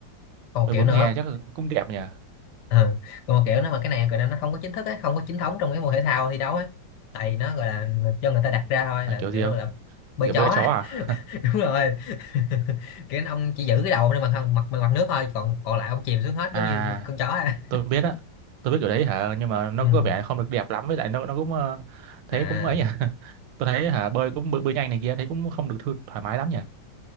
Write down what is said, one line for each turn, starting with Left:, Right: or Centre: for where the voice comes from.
Left: còn một
Right: bơi
Left: kiểu
Right: bướm
Left: nữa
Right: nghe chắc là cũng đẹp nhỉ
Left: Ờ, còn một kiểu nữa mà cái này gọi là nó không có chính thức ấy không có chính thống trong cái môn thể thao thi đấu ấy tại vì nó gọi là cho người ta đặt ra thôi
Right: à,
Left: là
Right: kiểu
Left: kiểu
Right: gì không
Left: là bơi
Right: kiểu
Left: chó
Right: bơi
Left: á.
Right: chó à
Left: <laughs> đúng rồi <laughs> kiểu ông chỉ giữ cái đầu trên mặt mặt mặt nước thôi còn còn lại ông chìm xuống hết
Right: à
Left: giống như con chó à
Right: tôi biết á tôi biết kiểu đấy hả nhưng mà nó
Left: ừ.
Right: có vẻ không được đẹp lắm với lại nó nó cũng ờ, thấy
Left: à
Right: cũng ấy nhỉ <laughs> tôi thấy hả bơi cũng bơi, bơi nhanh này kia thấy cũng không được thư- thoải mái lắm nhỉ